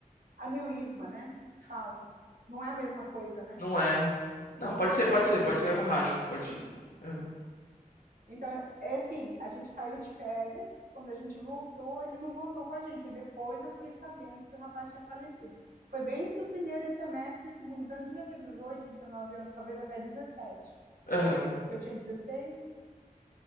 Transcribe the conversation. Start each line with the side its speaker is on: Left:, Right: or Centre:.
Right: Aneurisma, né? Falam. Não é a mesma coisa, né?
Left: Não é. Não, pode ser, pode ser, pode ser hemorrágico, pode. é.
Right: Então, é assim, a gente saiu de férias, quando a gente voltou, ele não voltou com a gente. E depois eu fiquei sabendo que o rapaz tinha falecido. Foi bem entre o primeiro semestre e o segundo. Então, ele devia ter 18, 19 anos, talvez até 17,
Left: Aham,
Right: entendeu? Porque eu tinha 16.